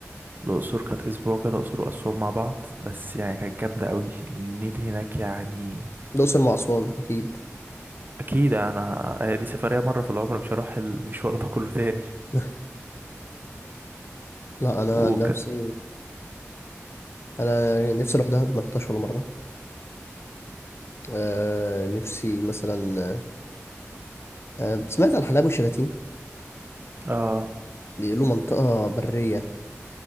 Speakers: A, on the right; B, on the left.
A: الأقصر كانت أسبوع كده أقصر وأسوان مع بعض بس يعني كانت جامدة قوي النيل هناك يعني
B: الاقصر مع اسوان اكيد
A: اكيد انا هي دي سفريه مره في العمر مش هروح المشوار ده كله تاني
B: <laughs> لا انا
A: وك...
B: عن نفسي انا يعني نفسي اروح دهب ما رحتهاش ولا مره آه نفسي مثلا آه سمعت عن حلايب وشلاتين
A: اه
B: بيقولوا منطقه بريه